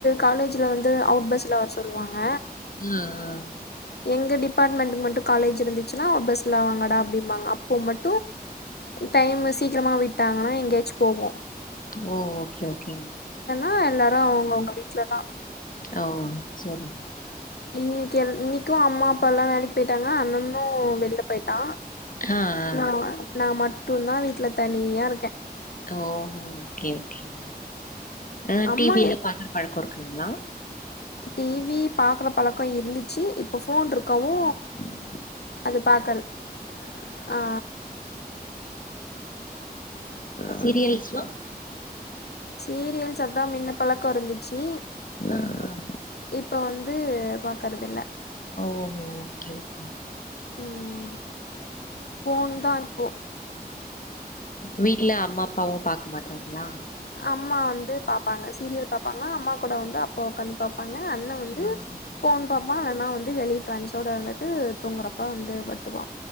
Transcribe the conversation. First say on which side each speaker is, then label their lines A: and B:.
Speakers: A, on the left; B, on the left.
A: காலேஜ்ல வந்து அவுட் பஸ்ல வர சொல்லுவாங்க
B: அ அ
A: எங்க டிபார்ட்மெண்ட் மட்டும் காலேஜ் இருந்துச்சுன்னா ஒவுட் பஸ்ல வாங்கடா அப்படிம்பாங்க அப்போ மட் டைம்மு சீக்கிரமா விட்டாங்கன்னா எங்கேயாச்சும் போவோம்
B: ஓ ஓகே ஓகே
A: ஆ எல்லாரு அவங்கவுங்க வீட்லா தா
B: ஓ செரி
A: இன்னைக்கி இன்னைக்கும் அம்மா அப்பல்லா வேலைக்கு போய்ட்டாங்க அண்ணன்னு வெள்ல போய்ட்டா
B: ஆ ஆ.
A: நாம நாமட்டுந்தா வீட்ல தனியா இருக்கே
B: ஓஹோ ஓகே ஓகேங் அ
A: அம்மா
B: டி வில பாக்குற பழக்கொ இருக்குங்ளா
A: டி வி பாக்குற பழக்க இருந்துச்சு இப்ப போன் இருக்கவு
B: <inaudible>
A: அது பாக்கறது ஆ
B: <inaudible> சீரியல்ஸ்லா
A: சீரியல்ஸ் அதா மின்ன பழக்கொ இருந்துச்சு
B: ஆ ஆ
A: இப்ப வந்து பாக்கறதில்ல
B: ஓஹோ ஓகே ஓகே
A: ம் ஃபோன் தா இப்போ
B: வீட்ல அம்மா அப்பாவு பாக்க மாட்றாங்ளா
A: அம்மா வந்து பாப்பாங்க சீரியல் பாப்பாங்க அம்மா கூட வந்து அப்பா ஒக்காந்து பாப் பாங்க அண்ண வந்து
B: ம்.
A: போன் பாப் அப்பப்பா இல்லைனா வந்து பா பா இல்லனா வந்து வெளிய ஃப்ரெண்ட்ஸோடு இருந்துட்டு தூங்கறப்ப வந்து படுத்துக்வா